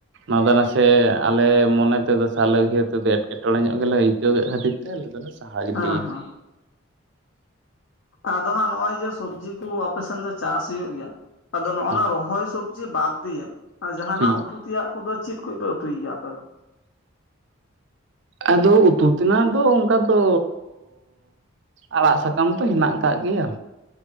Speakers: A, on the right; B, on the left.
A: ᱚᱱᱟ ᱫᱚ ᱱᱟᱥᱮ ᱟᱞᱮ ᱢᱚᱱᱮ ᱛᱮᱫᱚ ᱥᱮ ᱟᱞᱮ ᱩᱭᱦᱟᱹᱮ ᱛᱮᱫᱚ ᱮᱴ ᱮᱴᱠᱮᱴᱚᱬᱮ ᱧᱚᱜ ᱜᱮᱞᱮ ᱟᱹᱭᱠᱟᱹᱣ ᱠᱮᱫ ᱠᱷᱟᱹᱛᱤᱨ ᱛᱮ ᱟᱞᱮ ᱫᱚᱞᱮ ᱥᱟᱦᱟ ᱜᱤᱰᱤᱭᱱᱟ
B: ᱦᱮᱸ ᱦᱮᱸ ᱟᱫᱚ ᱦᱟᱸᱜ ᱱᱚᱜᱼᱚᱭ ᱡᱮ ᱥᱚᱵᱡᱤ ᱠᱚ ᱟᱯᱮ ᱥᱮᱱ ᱫᱚ ᱪᱟᱥ ᱦᱩᱭᱩᱜ ᱜᱮᱭᱟ ᱟᱫᱚ ᱱᱚᱜᱼᱚ
A: ᱦᱮᱸ
B: ᱱᱟ ᱨᱚᱦᱚᱭ ᱥᱚᱵᱡᱤ ᱵᱟᱫᱽ ᱫᱤᱭᱮ ᱟᱨ ᱡᱟᱦᱟᱱᱟᱜ
A: ᱦᱮᱸ
B: ᱩᱛᱩ ᱛᱮᱭᱟᱜ ᱠᱚᱫᱚ ᱪᱮᱫ ᱠᱚᱯᱮ ᱩᱛᱩᱭ ᱜᱮᱭᱟ ᱟᱯᱮ ᱫᱚ
A: ᱟᱫᱚ ᱩᱛᱩ ᱛᱮᱱᱟᱜ ᱫᱚ ᱚᱱᱠᱟ ᱫᱚᱻ ᱟᱲᱟᱜ ᱥᱟᱠᱟᱢ ᱛᱚ ᱦᱮᱱᱟᱜ ᱠᱟᱜ ᱜᱮᱭᱟ